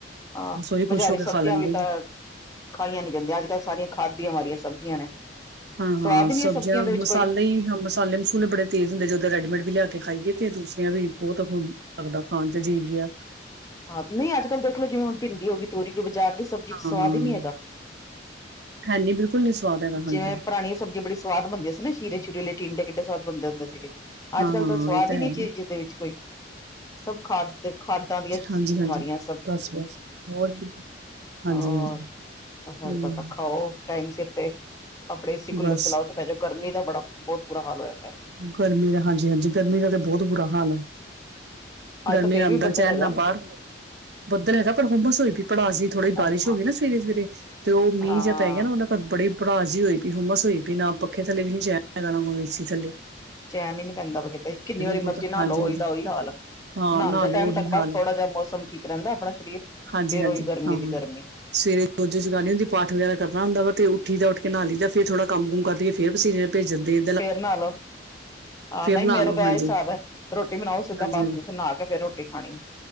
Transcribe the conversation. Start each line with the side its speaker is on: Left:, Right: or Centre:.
Left: ਹਾਂ,
Right: ਬਸ ਉਹੀ
Left: ਬਜ਼ਾਰੀ
Right: ਖੁਸ਼ ਹੋ ਕੇ
Left: ਸਬਜ਼ੀਆਂ
Right: ਖਾ ਲੈਂਦੇ
Left: ਵੀ ਤਾਂ
Right: ਆ
Left: ਖਾਈਆਂ ਨੀ ਜਾਂਦੀਆਂ। ਅੱਜ-ਕੱਲ ਸਾਰੀਆਂ ਖਾਦ ਦੀਆਂ ਮਾਰੀਆਂ ਸਬ -ਜੀਆਂ ਨੇ।
Right: ਹਾਂ-ਹਾਂ,
Left: ਸਵਾਦ ਹੀ ਨੀ
Right: ਸਬਜ਼ੀਆਂ
Left: ਹੈ ਦੇ ਵਿੱਚ
Right: ਮਸਾਲੇ
Left: ਕੋਈ
Right: ਹੀ ਹਾਂ ਮਸਾਲੇ-ਮਸੂਲੇ ਬੜੇ ਤੇਜ਼ ਹੁੰਦੇ ਜਦੋਂ ਰੈਡੀਮੇਡ ਵੀ ਲਿਆ ਖਾਈਏ ਤੇ ਦੂਸਰਿਆਂ ਵੀ ਬਹੁਤ ਹੁਣ ਲੱਗਦਾ ਖਾਣ ਚ ਅਜੀਬ ਜਿਹਾ
Left: -ਹਾਂ। ਨਹੀਂ ਅੱਜ-ਕੱਲ ਦੇਖਲੋ ਜਿਵੇਂ ਹੁਣ ਭਿੰਡੀ ਹੋ ਗਈ ਤੋਰੀ ਕਿ ਬਾਜ਼ਾਰ ਦੀ ਸਬਜ਼ੀ ਚ ਸਵਾਦ
Right: ਹਾਂ ਹਾਂ
Left: ਹੀ ਨਹੀਂ ਹੈਗਾ
Right: ਹੈਨੀ ਬਿਲਕੁਲ ਨੀ ਸਵਾਦ ਹੈਗਾ
Left: ਜਿਵੇਂ
Right: ਹਾਂਜੀ
Left: ਪਰਾਣੀਆਂ ਸਬਜ਼ੀਆਂ ਬੜੀ ਸਵਾਦ ਬਣਦੀਆਂ ਸੀ ਨਾ ਚਿਰੇ-ਚੁਰੇ ਆਲੇ ਟਿੰਡੇ ਕਿੱਡੇ ਸਵਾਦ ਬਣਦੇ ਹੁੰਦੇ ਸੀਗੇ ਅੱਜ-ਕੱਲ
Right: ਹਾਂ ਹਾਂ
Left: ਤਾਂ ਸਵਾਦ
Right: ਇਹ
Left: ਹੀ
Right: ਹੈਗਾ
Left: ਨਹੀਂ ਚੀਜ਼ ਜਿਹਦੇ ਵਿੱਚ ਕੋਈ। ਸਭ ਖਾਦ ਤੇ ਖਾਦਾਂ ਦੀਆਂ
Right: ਹਾਂਜੀ-ਹਾਂਜੀ
Left: ਮਾਰੀਆਂ
Right: ਬਸ-ਬਸ ਹੋਰ ਕੀ। ਹਾਂਜੀ
Left: ਹੋਰ,
Right: ਹਾਂਜੀ
Left: ਅਸਲ
Right: ਹਾਂ
Left: ਇਚ ਤਾਂ ਖਾਓ ਟਾਈਮ ਸਿਰ ਤੇ। ਆਪਣੇ ਏਸੀ ਕੂਲਰ
Right: ਬਸ
Left: ਚਲਾਓ ਤਾਂ ਪੈ ਜਾਓ। ਗਰਮੀ ਦਾ ਬੜਾ ਬਹੁਤ ਬੁਰਾ ਹਾਲ ਹੋਇਆ ਪਿਆ
Right: ਗਰਮੀ ਦਾ ਹਾਂਜੀ-ਹਾਂਜੀ ਗਰਮੀ ਦਾ ਤੇ ਬਹੁਤ ਬੁਰਾ ਹਾਲ ਆ। ਗਰਮੀ
Left: ਅੱਜ ਤਾਂ ਫੇਰ
Right: ਅੰਦਰ
Left: ਵੀ ਬੱਦਲ
Right: ਚੈਣ
Left: ਹੈਗਾ
Right: ਨਾ ਬਾਹਰ ਬੱਦਲ ਹੈਗਾ ਪਰ ਹੁਮਸ ਹੋਈ ਪਈ, ਭੜਾਸ ਜੀ ਥੋੜੀ
Left: ਹਮ
Right: ਬਾਰਿਸ਼ ਹੋ ਗਈ ਨਾ ਸਵੇਰੇ-ਸਵੇਰੇ ਤੇ ਉਹ ਮੀਂਹ
Left: ਹਾਂ
Right: ਜਾ ਪੈ ਗਿਆ ਨਾ ਉਹਨਾਂ ਤਾਂ ਬੜੇ ਪੜਾਸ ਜੀ ਹੋਈ ਪਈ, ਹੁਮਸ ਹੋਈ ਪਈ। ਨਾ ਪੱਖੇ ਥੱਲੇ ਵੀ ਨੀ ਚੈਨ ਹੈਗਾ ਨਾ ਹੁਣ ਏਸੀ ਥਲੇ
Left: ਚੈਨ ਹੀ ਨੀ ਪੈਂਦਾ ਪਯਾ ਕਿਤੇ। ਕਿੰਨੀ ਵਾਰੀ
Right: ਬਹੁਤ
Left: ਮਰਜ਼ੀ ਨਾਹ
Right: ਹਾਂਜੀ
Left: ਲਓ
Right: ਹਾਂਜੀ
Left: ਓਹੀ ਦਾ ਓਹੀ ਹਾਲ ਆ।
Right: ਹਾਂ
Left: ਨਹਾਉਦੇ
Right: ਨਹਾ ਲਓ
Left: ਟਾਈਮ
Right: ਉਹੀ
Left: ਤੱਕ
Right: ਹਾਲ
Left: ਬਸ ਥੋੜਾ
Right: ਆ।
Left: ਜਿਹਾ ਮੌਸਮ ਠੀਕ ਰਹਿੰਦਾ ਆਪਣਾ ਸਰੀਰ।
Right: ਹਾਂਜੀ-ਹਾਂਜੀ,
Left: ਫੇਰ ਉਹੀ ਗਰਮੀ
Right: ਹਾਂ।
Left: ਦੀ ਗਰਮੀ
Right: ਸਵੇਰੇ ਜੋਤ-ਜੂਤ ਜਗਾਣੀ ਹੁੰਦੀ ਪਾਠ ਵਗੈਰਾ ਕਰਨਾ ਹੁੰਦਾ ਵ ਤੇ ਉੱਠੀਦਾ। ਉਠ ਕੇ ਨਾਹ ਲਈ ਦਾ। ਫੇਰ ਥੋੜਾ ਕੰਮ-ਕੁਮ ਕਰ ਲਿਏ ਫੇਰ ਪਸੀਨੇ ਨਾਲ ਭੇਜ ਜਾਂਦੇ ਆ
Left: ਫੇਰ ਨਾਹ ਲੋ। ਹਾਂ ਨਹੀਂ
Right: ਨਹਾ
Left: ਮੇਰਾ
Right: ਲੋ
Left: ਤਾਂ
Right: ਹਾਂਜੀ,
Left: ਇਹ ਹਿਸਾਬ ਹੈ ਰੋਟੀ ਬਣਾਓ ਸਿੱਧਾ
Right: ਹਾਂਜੀ-ਹਾਂਜੀ,
Left: ਬਾਥਰੂਮ ਚ ਨਾਹਾ ਕੇ ਫਿਰ ਰੋ ਏ ਖਾਣੀ